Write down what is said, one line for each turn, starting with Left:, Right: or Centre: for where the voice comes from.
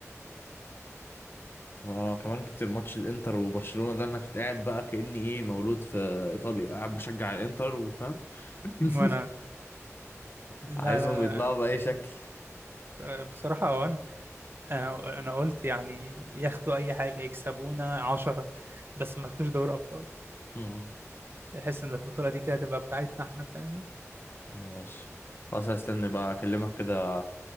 Left: انا كمان كنت الماتش الانتر وبرشلونه ده انا كنت قاعد بقى كاني ايه مولود في ايطاليا قاعد بشجع الانتر وفاهم <laughs>
Right: وانا لا
Left: عايزهم
Right: لا
Left: يطلعوا بأي شكل
Right: لا بصراحة وانا انا أنا قلت يعني ياخدوا اي حاجه يكسبونا عشرة بس ما ياخدوش دوري ابطال
Left: مم.
Right: احس ان البطوله دي كده تبقى بتاعتنا احنا فاهمني
Left: ماشي خلاص هستنى بقى اكلمك كده